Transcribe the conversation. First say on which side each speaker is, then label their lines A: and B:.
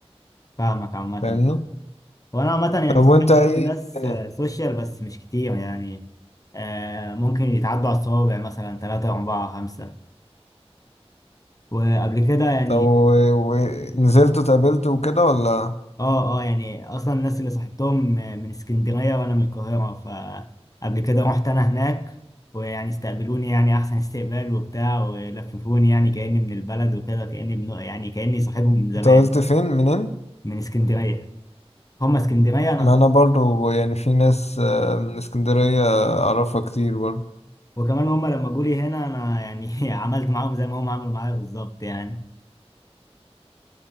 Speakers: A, on the left; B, on the left.
A: فاهمك عامة
B: فاهمني
A: وانا عامة يعني
B: طب
A: سألت
B: وانت ايه
A: ناس
B: الدنيا
A: آه، سوشيال بس مش كتير يعني آه، ممكن يتعدوا على الصوابع مثلا ثلاثة أربعة خمسة وقبل كده يعني
B: طب ونزلت واتقابلت وكده ولا
A: اه اه يعني اصلا الناس اللي صاحبتهم من اسكندريه وانا من القاهره فقبل كده رحت انا هناك ويعني استقبلوني يعني احسن استقبال وبتاع ولففوني يعني كاني من البلد وكده كاني ابن يعني كاني صاحبهم من زمان
B: اتقابلت فين منين
A: من اسكندريه هم اسكندريه انا
B: ما
A: قاهرة
B: انا برضو يعني في ناس آه، من اسكندرية اعرفها كتير برضو
A: وكمان هم لما جولي هنا انا يعني <laughs> عملت معاهم زي ما هم عملوا معايا بالظبط يعني